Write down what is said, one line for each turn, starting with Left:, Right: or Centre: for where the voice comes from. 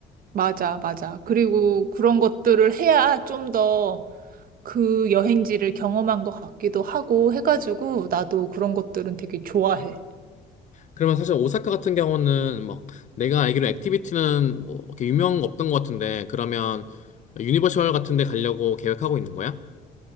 Right: 맞아, 맞아. 그리고 그런 것들을 해야 좀더 그 여행지를 경험한 것 같기도 하고 해가지고 나도 그런 것들은 되게 좋아해.
Left: 그러면 사실 오사카 같은 경우는 막 내가 알기로 액티비티는 뭐 이렇게 유명 없던 것 같은데 그러면 유니버셜 같은 데 가려고 계획하고 있는 거야?